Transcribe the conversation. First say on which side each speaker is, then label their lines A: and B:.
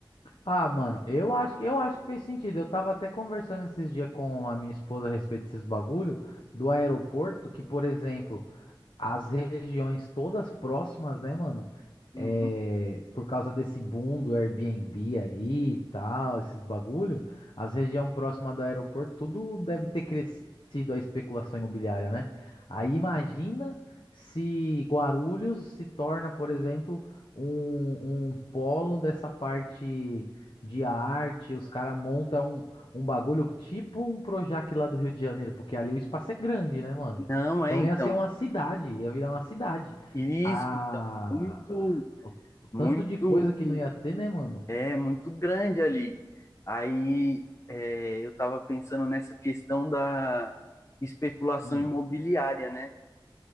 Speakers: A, on the left; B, on the left.
A: Ah, mano, eu acho que eu acho que fez sentido. Eu tava até conversando esses dias com a minha esposa a respeito desses bagulho do aeroporto, que, por exemplo, as regiões todas próximas, né, mano?
B: Uhum.
A: É, por causa desse boom do Airbnb aí e tal, esses bagulho, as regiões próximas do aeroporto, tudo deve ter crescido a especulação imobiliária, né? Aí imagina se Guarulhos se torna, por exemplo, um, um polo dessa parte de arte, os caras montam um, um bagulho tipo um Projac lá do Rio de Janeiro, porque ali o espaço é grande, né, mano?
B: Não,
A: Então
B: é, então.
A: ia ser uma cidade, ia virar uma cidade.
B: Isso,
A: A...
B: então, muito,
A: O o tanto
B: muito,
A: de coisa que não ia ter, né, mano?
B: é, muito grande ali. Aí, é, eu estava pensando nessa questão da especulação
A: Hum,
B: imobiliária, né?